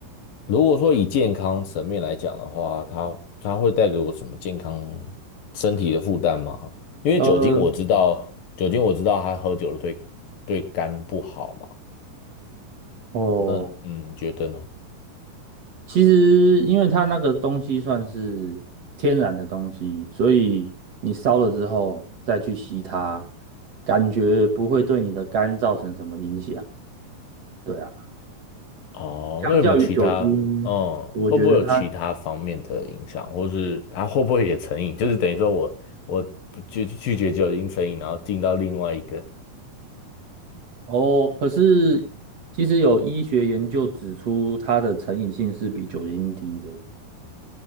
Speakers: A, on the left; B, on the right.
A: 如果说以健康层面来讲的话，它它会带给我什么健康身体的负担吗？因为酒精我知道，
B: 呃，
A: 酒精我知道它喝酒了对对肝不好嘛。
B: 哦，
A: 那嗯，你觉得呢？
B: 其实，因为它那个东西算是天然的东西，所以你烧了之后再去吸它，感觉不会对你的肝造成什么影响。对啊，
A: 哦，
B: 相较于酒精，
A: 那有没有其他？嗯，
B: 我觉得它
A: 会不会有其他方面的影响，或是它会不会也成瘾？就是等于说我我拒拒绝酒精成瘾，然后进到另外一个。
B: 哦，可是其实有医学研究指出，它的成瘾性是比酒精低的。